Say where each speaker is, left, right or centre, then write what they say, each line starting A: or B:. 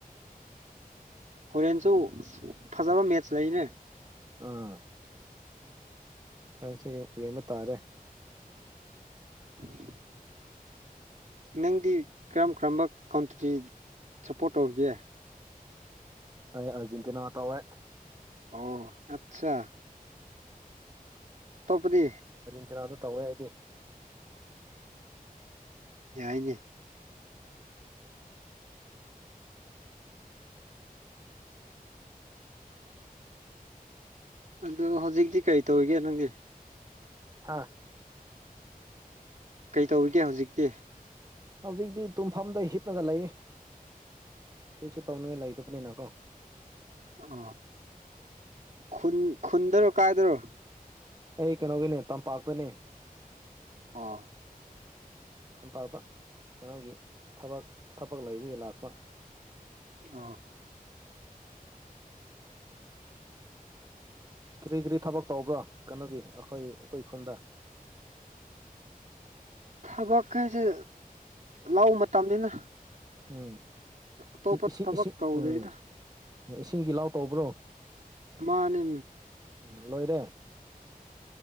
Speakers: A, on the right; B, on the right.
A: ꯍꯣꯔꯦꯟꯁꯨ ꯐꯥꯖꯕ ꯃꯦꯠꯆꯁ ꯂꯩꯅꯦ꯫
B: ꯑꯥ ꯉꯁꯤ ꯌꯦꯡꯕ ꯇꯥꯔꯦ꯫
A: <inaudible> ꯅꯪꯗꯤ ꯀꯔꯝ ꯀꯔꯝꯕ ꯀꯟꯇ꯭ꯔꯤ ꯁꯞꯄꯣꯔꯠ ꯇꯧꯒꯦ꯫
B: ꯑꯩ ꯑ꯭ꯔꯖꯦꯟꯇꯤꯅꯥ ꯇꯧꯋꯦ꯫
A: ꯑꯣ ꯑꯠꯆꯥ ꯑꯥꯇꯣꯞꯄꯥꯗꯤ
B: ꯑꯔꯖꯦꯟꯇꯤꯅꯥꯗ ꯇꯧꯋꯦ ꯑꯩꯗꯤ
A: ꯌꯥꯏꯅꯦ꯫ ꯑꯗꯣ ꯍꯧꯖꯤꯛꯇꯤ ꯀꯔꯤ ꯇꯧꯔꯤꯒꯦ ꯅꯪꯗꯤ
B: ꯍꯥꯥ
A: ꯀꯩ ꯇꯧꯔꯤꯒꯦ ꯍꯧꯖꯤꯛꯇꯤ
B: ꯍꯧꯖꯤꯛꯇꯤ ꯇꯨꯝꯐꯝꯗ ꯍꯤꯞꯂꯒ ꯂꯩ ꯀꯩꯁꯨ ꯇꯧꯅꯤꯡꯉꯥꯏ ꯂꯩꯇꯕꯅꯤꯅ ꯀꯣ
A: ꯑꯣ ꯈꯨꯟ ꯈꯨꯟꯗꯔꯣ ꯀꯥꯏꯗꯔꯣ?
B: ꯑꯩ ꯀꯩꯅꯣꯒꯤꯅꯦ ꯇꯝꯄꯥꯛꯇꯅꯦ꯫
A: ꯑꯥ
B: ꯂꯝꯝꯄꯥꯛꯇ ꯀꯩꯅꯣꯒꯤ ꯊꯕꯛ ꯊꯕꯛ ꯂꯩꯕꯒꯤ ꯂꯥꯛꯄ
A: ꯑꯥ
B: ꯀꯔꯤ ꯀꯔꯤ ꯊꯕꯛ ꯇꯧꯕ꯭ꯔꯥ ꯀꯩꯅꯣꯒꯤ ꯑꯩꯈꯣꯏ ꯑꯩꯈꯣꯏ ꯈꯨꯟꯗ
A: ꯊꯕꯛ ꯍꯥꯏꯩꯁꯦ ꯂꯧ ꯃꯇꯝꯅꯤꯅ
B: ꯎꯝ
A: ꯑꯇꯣꯞꯄ
B: ꯏꯁꯤꯡ
A: ꯊꯕꯛ
B: ꯏꯁꯤꯡ
A: ꯇꯧꯗ꯭ꯔꯤꯗ
B: ꯎꯝ ꯎꯝ ꯏꯁꯤꯡꯒꯤ ꯏ ꯂꯥꯎ ꯇꯧꯕ꯭ꯔꯣ
A: ꯃꯥꯅꯤ
B: ꯎꯝ ꯂꯣꯏꯔꯦ